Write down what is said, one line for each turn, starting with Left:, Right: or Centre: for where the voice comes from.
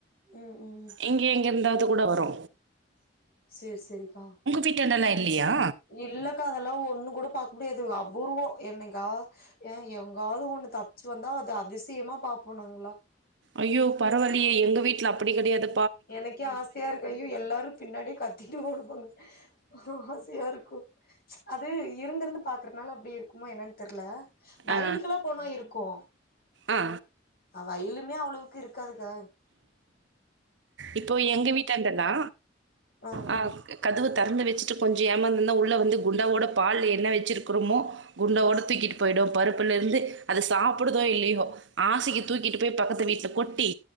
Left: ம் ம் ம்
Right: இங்கே எங்கேர்ந்தாவு துக் கூட வரு
Left: சேர் செரிப்பா
Right: வீட்டாண்டெல்லாம் இல்லையா
Left: இல்லக்கா அதல்லா ஒண்ணு கூட பாக் <unintelligible> அபூர்வோ என்னைக்கா ஏன் எங்காவது ஒண்ணு தப்ச்சு வந்தா அது அதிசியமா பாப்போனாங்ளா
Right: ஐயோ பரவால்லியே எங்க வீட் ல்ல அப்புடி கெடையாது
Left: எனக்கே ஆசையாருக்கு ஐயோ எல்லாரு பின்னாடே கத்திட்டு ஓடுவாங்க ஆசையாருக்கு அது இருந்திருந்து பாக்றத்னால அப்டி இருக்குமோ என்னான் தெர்ல வயிலுக்கல்லா
Right: ஆ
Left: போனா இருக்கோ
Right: ஆ
Left: அ வயலுமே அவ்ளோவுக்கு இருக் க்காதுக்க
Right: இப்போ எங்க வீட்டான்ட தா
Left: ஆ
Right: அ
Left: ஆ
Right: கதவுத் தறந்து வச்சுட்டு கொஞ்சோ ஏமாந்துந்தா உள்ள வந்து குண்டாவோட பால் என்ன வச்சிருக்கிறோமோ குண்டாவோட தூக்கிட்டு போயிடோ பருப்புல இருந்து அத சாப்பிடுதோ இல்லியோ ஆசிக்கு தூக்கிட்டு போய் பக்கத்து வீட்ல கொட்டி